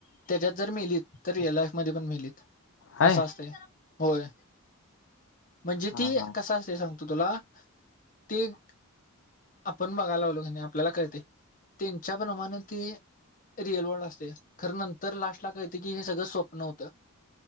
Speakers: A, on the left; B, on the left.
A: त्याच्यात जर मिेलीत तर रिअल लाईफ मध्ये पण मिेलीत
B: आहे
A: असं असतंय- होय म्हणजे
B: हा
A: ती
B: हा
A: कस असते सांग- तुला ते - आपण बघायला लावलो कि नाही आपल्याला कळते त्यांच्या प्रमाणे ते- रिअल वर्ल्ड असते खरं नंतर लास्टला काळत की हे सगळं स्वप्न होतं